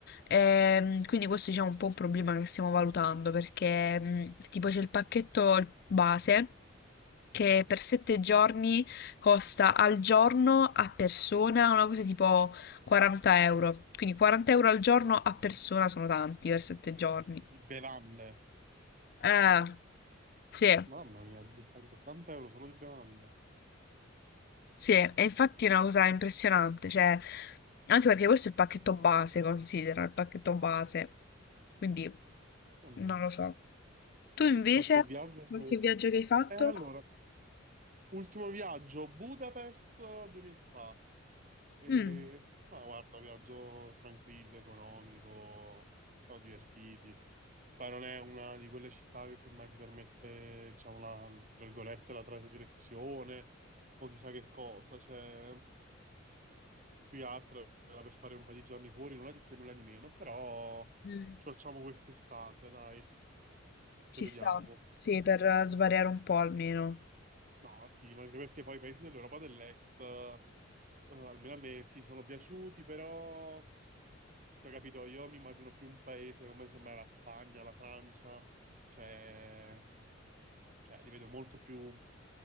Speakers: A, on the left; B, on the right.
A: Ehm, quindi questo diciamo è un po' un problema che stiamo valutando perché mh, tipo c'è il pacchetto base che per sette giorni costa al giorno a persona una cosa tipo 40 euro. Quindi 40 euro al giorno a persona sono tanti per sette giorni.
B: di bevande.
A: Eh, sì,
B: Mamma mia, 280 euro solo di bevande.
A: sì, e infatti è una cosa impressionante, cioè, anche perché questo è il pacchetto base, considera, il pacchetto base. Quindi,
B: Mamma
A: non
B: mia.
A: lo so. Tu invece,
B: Qualche viaggio?
A: qualche viaggio che hai fatto?
B: E allora, ultimo viaggio, Budapest eh, due mesi fa. E,
A: Mm.
B: ma guarda, viaggio tranquillo, economico, siamo divertiti. Poi non è una di quelle città che semmai ti permette, diciamo, la, tra virgolette, la trasgressione o chissà che cosa. Cioè, più che altro era per fare un paio di giorni fuori, nulla di più e nulla di meno, però
A: Mm,
B: ci facciamo quest'estate, dai,
A: Ci
B: che vediamo.
A: sta, sì,
B: Un
A: per
B: po'.
A: eh, svariare un po' almeno.
B: No, sì, ma anche perché poi i paesi dell'Europa dell'Est, eh, eh, almeno a me, sì, sono piaciuti, però, cioè, capito, io mi immagino più un paese come semmai la Spagna, la Francia, cioè, mm, cioè li vedo molto più